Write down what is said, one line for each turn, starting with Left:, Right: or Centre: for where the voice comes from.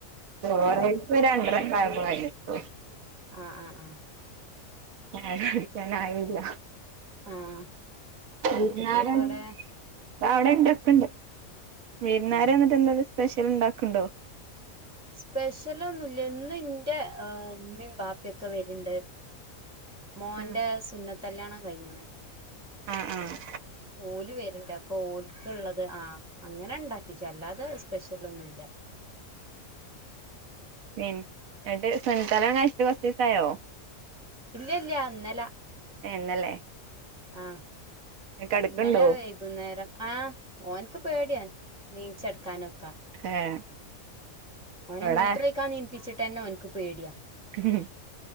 Right: ചോറയ്പ്
Centre: ആഹ്
Right: രണ്ടരക്കായപ്പോ കയിഞ്ഞിട്ടൊള്ളു.
Centre: ആഹ്, ആഹ്, ആഹ്
Right: ഞാന് വിളിക്കാനായില്ല
Centre: ആഹ്
Right: വിര്ന്നാർ
Centre: കുട്ടികളൊക്കെ
Right: ആഹ്
Centre: ഇവിടെ
Right: അവിടെണ്ട് ഒക്കെണ്ട്. വിരുന്നാര്
Centre: ആഹ്
Right: വന്നിട്ട് എന്താന്ന് സ്പെഷ്യല് ഇണ്ടാക്ക്ണ്ടോ?
Centre: സ്പെഷ്യലൊന്നുല്ല ഇന്ന് ഇന്റെ ഇമ്മീ ബാപ്പിയൊക്കെ വെര്ണ്ട്. മോന്റെ
Right: ആഹ്
Centre: സുന്നത്തെല്ല്യാണം കഴിഞ്ണ്.
Right: ആഹ്, ആഹ്
Centre: ഓല് വേര്ണ്ട് അപ്പൊ ഓൽക്ക്ഇള്ളത് ആഹ് അങ്ങനെണ്ടാക്കിച്ചു അല്ലാതെ സ്പെഷ്യലൊന്നുല്ല.
Right: പിന് ന്നട്ട് സുൻത്തല്ലിയാണം കയ്ച്ചിട്ട് കൊർച്ചീസായോ?
Centre: ഇല്ല, ഇല്ല ഇന്നല.
Right: ഏഹ് ഇന്നലേ
Centre: ആഹ്
Right: അടുക്കുണ്ടോ
Centre: ഇന്നെലെ വെയ്കുന്നേരം ആഹ് ഓൻക്ക് പേടിയാണ്. ന്നീചടക്കാനൊക്ക
Right: ഏഹ്
Centre: ഓനെ
Right: ഇവിടെ
Centre: മൂത്രേയ്ക്കാൻ ന്നീപ്പിച്ച്ട്ടെന്നെ ഓൻക്ക് പേടിയാ.
Right: ഉം